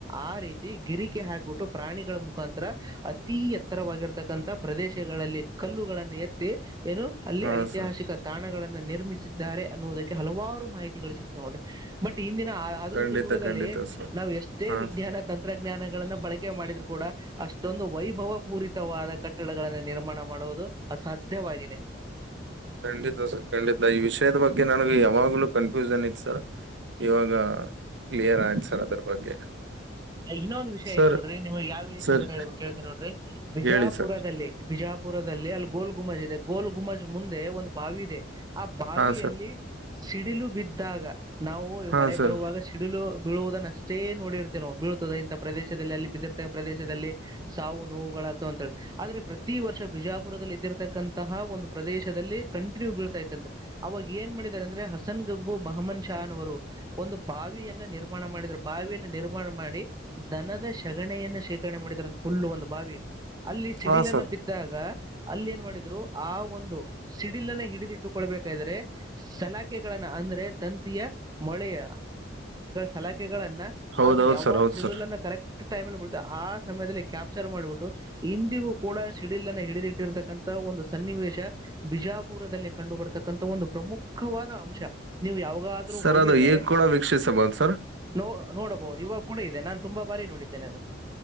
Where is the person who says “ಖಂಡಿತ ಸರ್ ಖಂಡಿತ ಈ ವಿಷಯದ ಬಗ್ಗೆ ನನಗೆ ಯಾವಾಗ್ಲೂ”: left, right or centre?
Right